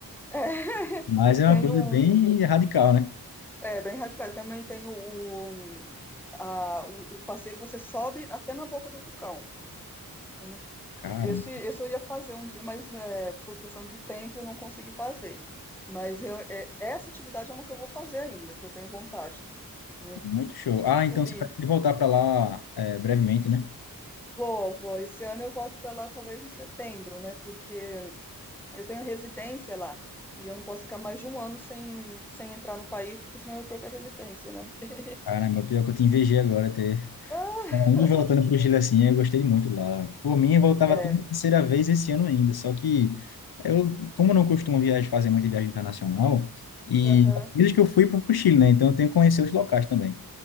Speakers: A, in the centre; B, on the left (about 80°).
A: é,
B: Mas
A: e tem
B: é uma coisa
A: um,
B: bem radical, né?
A: É, bem radical. Também tem o, o, a- o- o passeio que você sobe até na boca do vulcão. Uhum.
B: Cara,
A: Esse, esse eu ia fazer um dia, mas é, por questão do tempo eu não consegui fazer. Mas eu, é, essa atividade é uma que eu vou fazer ainda, que eu tenho vontade, né?
B: muito show. Ah, então
A: Subir.
B: você vai voltar para lá eh, brevemente, né?
A: Vou, vou. Esse ano eu volto para lá talvez em setembro, né? Porque eu tenho residência lá e eu não posso ficar mais de um ano sem, sem entrar no país, porque senão eu perco a residência, né? <laughs>
B: Caramba, pior que eu te invejei agora ter
A: Ah,
B: Indo e voltando para o Chile assim, eu gostei muito lá. Por mim, eu voltava
A: é,
B: até a terceira vez esse ano ainda, só que eu, como não costumo viajar, fazer muita viagem internacional, e
A: aham,
B: as vezes que eu fui para o Chile, né? Então eu tenho que conhecer os locais também.